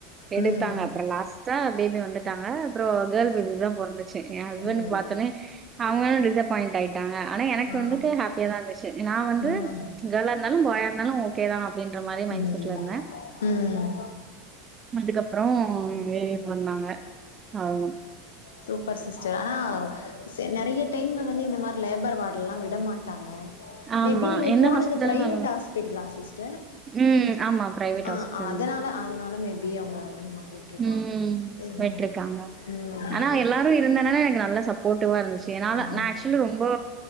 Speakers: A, on the right; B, on the left.
A: எடுத்தாங்க
B: ம்
A: அப்பறோ லாஸ்ட்டா பேபி வந்துட் டாங்க அப்பறோ கேர்ள் பேபி தா பொறந்துச்சி ஏ ஹஸ்பண்ட்
B: ம்
A: பாத்தோனே அவுங்களு டிசப்பாயிண்ட் ஆயிட்டாங்க ஆனா எனக்கு
B: ஆ
A: வந்துட்டு ஹேப்பியா தா இருந்துச்சி நா வந்து
B: ஆ
A: கேர்ளா இருந்தாலு பாயா இருந்தாலு ஓகே தா அப்டின்ற மாரியே மைண்ட்
B: ம்
A: செட்ல இருந்தே
B: ம்
A: அதுக்கப்பறோ வே வே பண்ணாங்க அவுங்
B: சூப்பர் சிஸ்டர் ஆனா சே நெறைய டைம்ல வந்து இந்த மாரி லேபர் வார்ட்லல்லா விட மாட்டாங்க
A: ஆமா
B: மே பி நீங்க
A: எந்த
B: போனது
A: ஹாஸ்பிட்டலும்
B: பிரைவேட் ஹாஸ்பிட்டலா சிஸ்டர்
A: ம் ஆமா பிரைவேட்
B: ஆ
A: ஹாஸ்பிட்டல்
B: அதனால அதனால மேபி அவங்க வந்து நமக்கு விட்ருக்கலா
A: ம்
B: ம்
A: விட்டுருக்காங்க
B: ம்
A: ஆனா எல்லாரு இருந்தனனே நல்ல சப்போர்ட்டிவா இருந்துச்சி என்னால
B: ஆமா
A: நா ஆக்சுவலி ரொம்போ